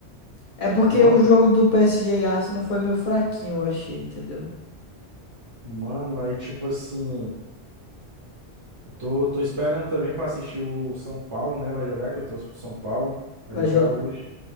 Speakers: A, on the left; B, on the right.
A: É porque
B: Mano,
A: o jogo do PSG e Arsenal foi meio fraquinho, eu achei, entendeu?
B: mano, aí tipo assim. eu Tô, tô esperando também pra assistir o São Paulo, né? Vai jogar, que eu torço pro São Paulo. Vai
A: Vai
B: jogar
A: jogar.
B: hoje.